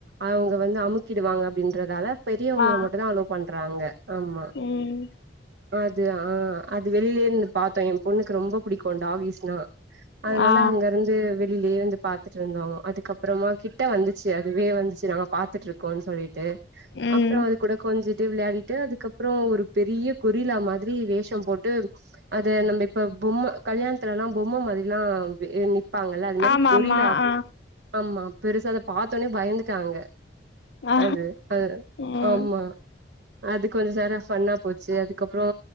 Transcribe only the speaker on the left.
ஆ
ம்
ஆ
ம்
ஆமா
ஆமா ஆ
ஆ
ம்